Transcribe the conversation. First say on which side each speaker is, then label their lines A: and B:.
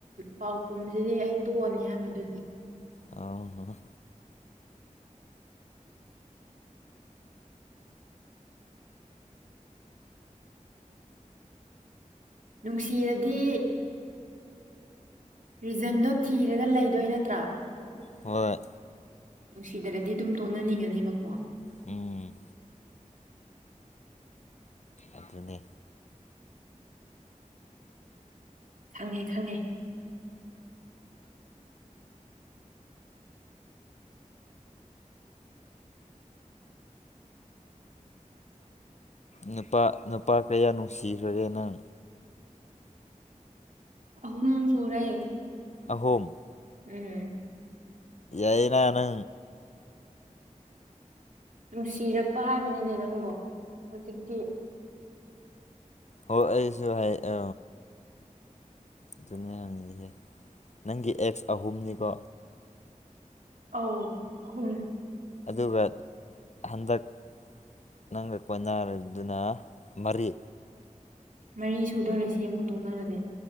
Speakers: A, on the right; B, on the left.
A: ꯄꯥꯎꯥꯎ ꯀꯨꯝꯁꯤꯗꯤ ꯑꯩ ꯇꯣꯛꯑꯅꯤ ꯍꯥꯏꯕ ꯑꯗꯨꯗꯤ
B: ꯑ ꯍꯣ
A: ꯅꯨꯡꯁꯤꯔꯗꯤ ꯔꯤꯖꯟꯗꯣ ꯊꯤꯔꯒ ꯂꯩꯗꯣꯏ ꯅꯠꯇ꯭ꯔꯥ
B: ꯍ
A: ꯅꯨꯡꯁꯤꯗ꯭ꯔꯗꯤ ꯑꯗꯨꯝ ꯇꯣꯛꯅꯅꯤꯡꯉꯅꯦꯕꯀꯣ
B: ꯎꯝ ꯑꯗꯨꯅꯤ
A: ꯈꯪꯉꯦ ꯈꯪꯉꯦ
B: ꯅꯨꯄꯥ ꯅꯨꯄꯥ ꯀꯌꯥ ꯅꯨꯡꯁꯤꯈ꯭ꯔꯒꯦ ꯅꯪ
A: ꯑꯍꯅꯅ ꯁꯨꯔꯦ
B: ꯑꯍꯨꯝ
A: ꯎꯝ
B: ꯑꯏꯅꯅꯨ
A: ꯅꯨꯡꯁꯤꯔꯛꯄ ꯍꯥꯏꯕꯅꯤꯅꯦ ꯅꯪꯕꯨ ꯍꯧꯖꯤꯛꯇꯤ
B: ꯍꯣꯏ ꯑꯩꯁꯨ ꯍꯥꯏ ꯑ ꯑꯗꯨꯅ ꯍꯪꯉꯤꯍꯦ ꯅꯪꯒꯤ ꯑꯦꯛꯁ ꯑꯍꯨꯝꯅꯤꯀꯣ
A: ꯑ ꯍ
B: ꯑꯗꯨꯒ ꯍꯟꯗꯛ ꯅꯪꯒ ꯀꯣꯏꯅꯥꯗꯨꯅ ꯃꯔꯤ
A: ꯃꯔꯤ ꯁꯨꯗꯣꯔꯦ ꯁꯤ ꯑꯃꯨꯛ ꯇꯣꯡꯅꯔꯗꯤꯦ